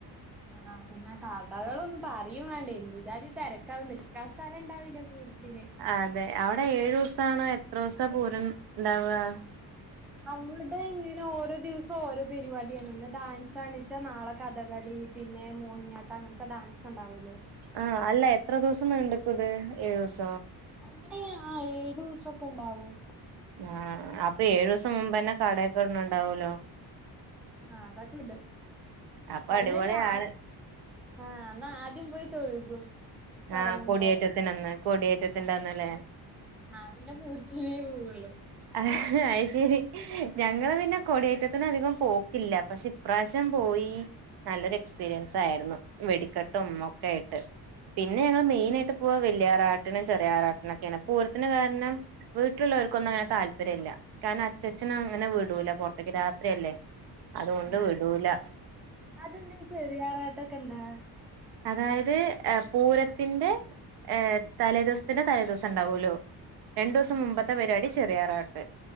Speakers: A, in the centre; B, on the right.
A: ആ പിന്നെ കടകളൊന്നും പറയുവേണ്ട എന്തുജാതി തിരക്കാവും നിൽക്കാ സ്ഥലണ്ടാവില്ല പൂരത്തിന്
B: അതെ അവിടെ ഏഴൂ സാണോ എത്രൂസ പൂരം ണ്ടാവ്യാ..
A: അവ്ടെങ്ങനെ ഓരോ ദിവസം ഓരോ പരിപാടിയാണ് ഇന്ന് ഡാൻസാണിച്ചാ നാളെ കഥകളി പിന്നെ മോഹിനിയാട്ട അങ്ങൻത്തെ ഡാൻസ് ണ്ടാവല്ലോ
B: ആഹ് അല്ല എത്ര ദിവസം നീണ്ട്ക്കുംത് ഏഴു ദിവസോ
A: അങ്ങനെ ആ ഏഴുസംക്കെണ്ടാവും
B: ആഹ് അപ്പൊ ഏഴുസം മുമ്പന്നെ കടെക്കെട്ന്ന്ണ്ടാവല്ലോ
A: ആഹ് അതൊക്കെണ്ട്
B: അപ്പൊ
A: അന്നല്ലേ
B: അടിപൊളിയാണ്
A: ആ ആണ എന്നാ ആദ്യം പോയി തൊഴുകും തുടങ്ങുമ്പോ
B: ആഹ് കൊടിയേറ്റത്തിനന്ന് കോടിയേറ്റത്തിന്റെന്ന്ല്ലേ
A: ആഹ് പിന്നെ പൂരത്തിവേ പോവുള്ളു..
B: അഹ് അഹ് ശരി ഞങ്ങള് പിന്നെ കൊടിയേറ്റത്തിന് അധികം പോക്കില്ല പക്ഷെ ഇപ്രാവശ്യം പോയി, നല്ലൊരു എക്സ്പീരിയൻസ് ആയിർന്നു. വെടിക്കെട്ടും, ഒക്കെ ആയിട്ട്. പിന്നെ, ഞങ്ങൾ മെയിനായിട്ട് പോവാ വെല്ല്യാറാട്ട് ട്ടിനും ചെറിയാറാട്ടനൊക്കെയാണ് പൂരത്തിന് കാരണം വീട്ടിലുള്ളോർക്കൊന്നും താല്പര്യല്ല കാരണം അച്ഛച്ചനങ്ങനെ വീടൂല പുറത്തേക്ക് രാത്രിയല്ലേ അതുകൊണ്ട്
A: ആയി
B: വിടൂല
A: അതെന്തേ ചെറിയാറാട്ടൊക്കെന്താ?
B: അതായത് ഏ പൂരത്തിന്റെ ഏഹ് തലേദിവ്സ്ത്തിന്റെ തലേ ദിവസം ഇണ്ടാവുല്ലോ രണ്ടോസം
A: ആ
B: മുമ്പത്തെ പരിപാടി ചെറിയാറാട്ട്